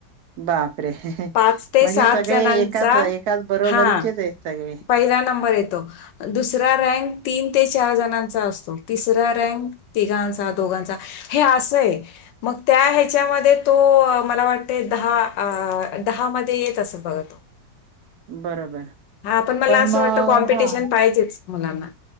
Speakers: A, on the right; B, on the left.
A: बा आरे
B: पाच ते
A: म्हणजे
B: सात
A: सगळे
B: जणांचा
A: एकाच एकाच बरोबरीचेच
B: हा
A: आहेत सगळे?
B: पहिला नंबर येतो दुसरा रँक तीन? ते चार जणांचा असतो तिसरा रँक तिघांचा दोघांचा हे असय मग? त्या ह्याच्यामध्ये तो मला वाटते दहा? दहा मध्ये येत असं बघा तो?
A: बरोबर.
B: हा पण मला असं
A: मग
B: वाटत कॉम्पिटिशन
A: हां,
B: पाहिजेच? मुलांना